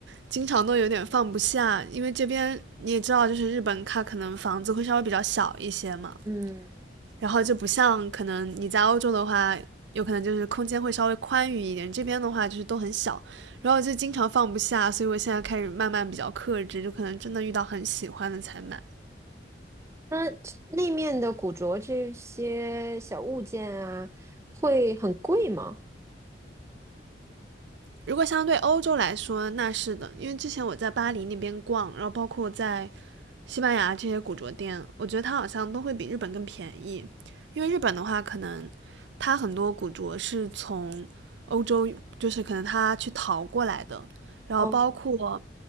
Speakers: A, on the right; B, on the right.
A: 经常都有点放不下，因为这边你也知道，就是日本它可能房子会稍微比较小一些嘛，
B: <laughs> 嗯，
A: 然后就不像可能你在欧洲的话，有可能就是空间会稍微宽裕一点，这边的话就是都很小，然后就经常放不下，所以我现在开始慢慢比较克制，就可能真的遇到很喜欢的才买。
B: 那那面的古着这些小物件啊，会很贵吗？
A: 如果相对欧洲来说，那是的，因为之前我在巴黎那边逛，然后包括在西班牙这些古着店，我觉得它好像都会比日本更便宜，因为日本的话，可能它很多古着是从欧洲，就是可能它去淘过来的，然后包括
B: 哦，